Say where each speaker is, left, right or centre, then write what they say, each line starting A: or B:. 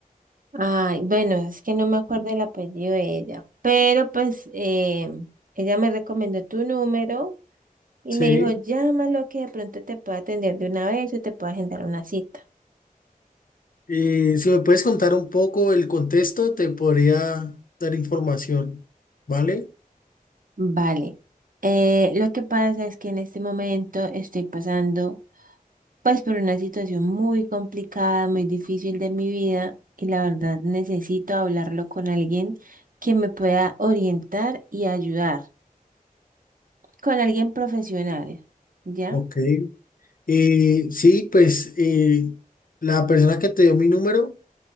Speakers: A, on the right; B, on the left.
A: Ay, bueno, es que no me acuerdo el apellido de ella, pero pues eh, ella me recomendó tu número. Y
B: Sí.
A: me dijo, llámalo que de pronto te pueda atender de una vez o te pueda agendar una cita.
B: Eh, si me puedes contar un poco el contexto, te podría dar información. ¿Vale?
A: Vale. Eh, lo que pasa es que en este momento estoy pasando pues por una situación muy complicada, muy difícil de mi vida y la verdad necesito hablarlo con alguien que me pueda orientar y ayudar, con alguien profesional, ¿ya?
B: Ok. Eh, sí, pues eh, la persona que te dio mi número